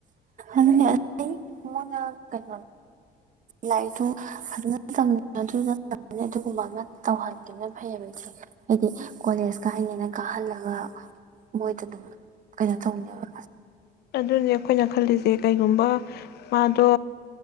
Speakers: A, on the right; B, on the left.
A: ꯑꯗꯨꯅꯦ ꯑꯩ ꯃꯣꯏꯅ ꯀꯩꯅꯣ ꯂꯥꯏꯔꯤꯛꯇꯨ ꯐꯖꯅ ꯇꯝ ꯑꯗꯨ ꯑꯗꯨꯒꯨꯝꯕ ꯑꯃ ꯇꯧꯍꯟꯒꯦꯅ ꯐꯩꯌꯦꯕ ꯏꯗꯤ ꯍꯥꯏꯗꯤ ꯀꯣꯂꯦꯖ ꯀꯥꯏꯅꯦꯅ ꯀꯥꯍꯜꯂꯒ ꯃꯣꯏꯗ ꯑꯗꯨꯝ ꯀꯩꯅꯣ ꯇꯧꯅꯦꯕ
B: ꯑꯗꯨꯅꯦ ꯑꯩꯈꯣꯏꯅ ꯈꯜꯂꯤꯁꯦ ꯀꯩꯒꯨꯝꯕ ꯃꯥꯗꯣ